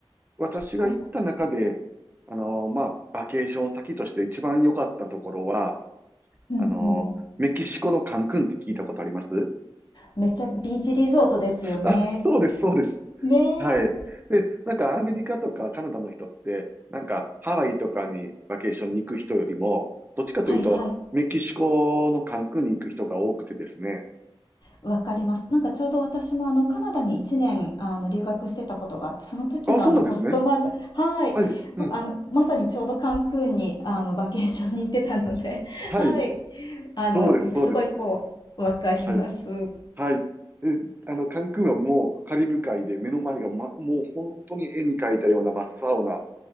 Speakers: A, on the right; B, on the left.
A: 私が行った中で、
B: はいはい。
A: あの、まあ、バケーション先として一番良かったところは、
B: うんうん。
A: あの、メキシコのカンクンって聞いたことあります
B: めっちゃビーチリゾートですよね。
A: あ、そうです、そうです。
B: ねえ。
A: はい。で、なんかアメリカとかカナダの人って、なんかハワイとかにバケーションに行く人よりも、どっちかというと、
B: はいはい。
A: メキシコのカンクンに行く人が多くてですね。
B: わかります。なんかちょうど私もあのカナダに1年あの留学してたことがあって、その時のあのホストマザー、
A: あ、そうなんですね。
B: はい。
A: はい。うん。
B: あの、まさにちょうどカンクンにあのバケーションに行ってたので、<laughs>
A: はい。
B: はい。あの、
A: そうです、そうです。
B: すごいこう、わかります。
A: はい。はい。え、あの、カンクンはもうカリブ海で目の前が、ま、もう本当に絵に描いたような真っ青な